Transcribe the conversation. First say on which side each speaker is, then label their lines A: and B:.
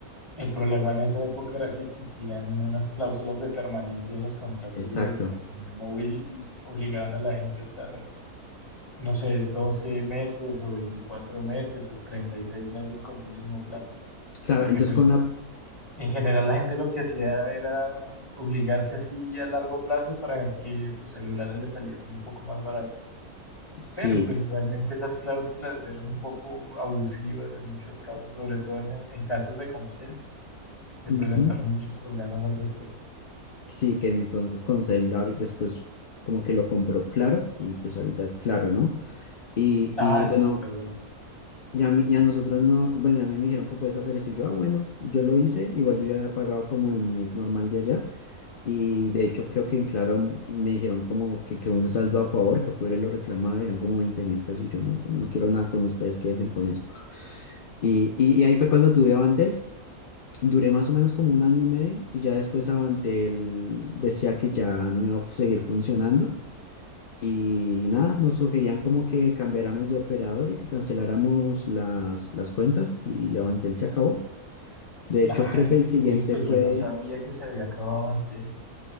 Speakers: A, on the left; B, on the left.
A: el problema en esa época era que existían unas cláusulas de permanencia en los contratos
B: Exacto.
A: de telefonía móvil y obligaban a la gente a estar no sé, 12 meses o 24 meses o 36 meses con un mismo plan.
B: Claro,
A: Porque
B: entonces
A: pues
B: con la...
A: en general la gente lo que hacía era obligarse así a largo plazo para que los celulares le salieran un poco más baratos.
B: Sí,
A: Pero pues realmente esas cláusulas eran un poco abusivas en muchos casos, sobre todo en, el- en casos de Comcel. Se
B: ujú,
A: presentaron muchos problemas al respecto.
B: Sí, que entonces con celular después como que lo compró Claro y pues ahorita es Claro, ¿no? Y,
A: Ah,
B: y
A: sí,
B: bueno...
A: perdón.
B: Y a mí- y a nosotros no, bueno, y a mí me dijeron, ¿cómo puedes hacer esto? Y yo, ah, bueno, yo lo hice, igual yo ya había pagado como el mes normal de allá, y de hecho creo que en Claro me dijeron como que, que un saldo a favor, que fuera y lo reclamara, eran como veinte mil pesos, y yo no, no quiero nada con ustedes, quédense con eso. Y, y, y ahí fue cuando tuve Avantel, duré más o menos como un año y medio, y ya después Avantel decía que ya no iba a seguir funcionando, y nada, nos sugerían como que cambiáramos de operador y que canceláramos las, las cuentas y Avantel se acabó. De hecho,
A: Ay,
B: creo que el
A: qué
B: siguiente
A: triste,
B: fue,
A: yo no sabía que se había acabado Antel.